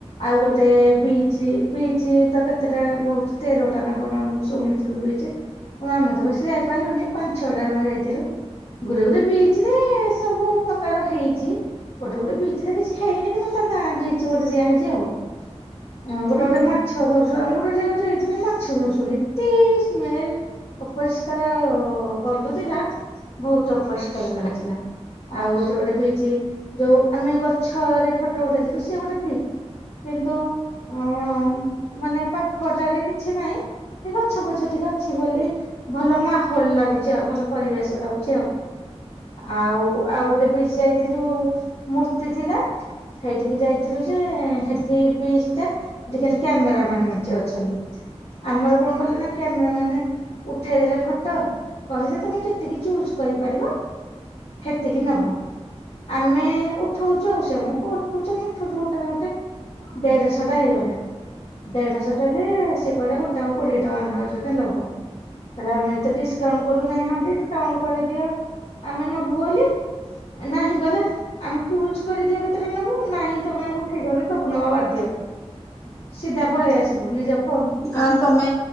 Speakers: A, on the left (about 70°); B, on the left (about 30°).
A: ଆଉ ଗୋଟେ ବିଚ ବିଚ୍ ତ କେତେଟା ବହୁତ ତେରଟା ନା କଣ ମୁଁ ଶୁଣି ଚୁପୁ ହେଇଜା ଆମେ ତ ବେଶୀ ଯାଇପାରିଲୁନି ପାଞ୍ଚ ଛଅଟା ଜମା ଯାଇଥିଲୁ। ଗୋରେ ଗୋରେ ବୀଚିରେ ସବୁ ପ୍ରକାର ହେଇ ଚି ଗୋଟେ ଗୋଟେ ବିଚିରେ ରେ କିଛି ହେଇନି କିନ୍ତୁ ତା ନା ବିଚ ଗୋଟେ ଦିଆହଇଛି ଆଉ। ଗୋଟେ
B: ଆଉ।
A: ଗୋଟେ ମାଛ ଧରସୁ ଆମେ ଗୋଟେ ଜାଗା ଯାଇଥିଲୁ ମାଛ ଧରୁଛନ୍ତି ଏତ ସ୍ମେଲ ଅପରିଷ୍କାର ଗନ୍ଧୁଥିଲା ବହୁତ ଅପରିଷ୍କାର ଲାଗୁଥିଲା। ଆଉ ଗୋଟେ ଗୋଟେ ପିଇଛି ଯୋଉ ଆମେ ଗଛରେ ଫଟୋ ଉଠେଇଥିଲୁ ସେ ଗୋଟେ ପିଇ କିନ୍ତୁ ଅ ମାନେ ପାଖଟାରେ କିଛି ନାହିଁ। ସେ ଗଛ ପଛ ଟିକେ ଅଛି ବୋଲି। ଭଲ ମାହୋଲ ଲାଗୁଛି ଆଉ ଭଲ ପରିବେଶ ଲାଗୁଛି ଆଉ। ଆଉ ଆଉ ଗୋଟେ ବିଚି ଯାଇଥିଲୁ ମୂର୍ତ୍ତି ଥିଲା। ହେଇଠିକି ଯାଇଥିଲୁ ଯେ ହେଠି ବିଶ ଟା ସେଠ ଖାଲି କ୍ୟାମେର ମାନ ମେଞ୍ଚେ ଅଛନ୍ତି। ଆମର କଣ କଲେ ନା କ୍ୟାମେର ମାନେ ଉଠେଇ ଦେଲେ ଫଟୋ। କହିଲେ ତମେ ଯେତିକି ଚୁଜ କରିପାରିବ ହେତିକି ନବ। ଆମେ ଉଠଉଛୁ ଆଉ ସ ଆମ ଉ ଆମ ଉଠଛୁ ଗୋଟା ଗୋଟେ। ଦେଢଶହ ଟା ହେଇଗଲା। ଦେଢଶହ ଟେ ଯେ ସେ କହିଲା ଗୋଟା କୋଡିଏ ଟଙ୍କା ନଖା ନବ। ଆ ଆମେ ତ ଡିସକାଉଣ୍ଟ କଲୁ ନାହିଁ ହଁ ଡିସକାଉଣ୍ଟ କରିଦିଅ ଆମେ ନବୁ ବୋଲି। ନାହିଁ ଗଲେ ଆମେ ଚୁଜ କରିଦିଅ କେତେଟା ନବୁ ନାହିଁ ତମେ ଉଠେଇଚ ମାନେ ସବୁ ନବା ବାଧ୍ୟ୍ୟ। ସିଧା ପଳେଇ ଆସିଲୁ ନିଜ ଫୋନ
B: ଆଁ ତମେ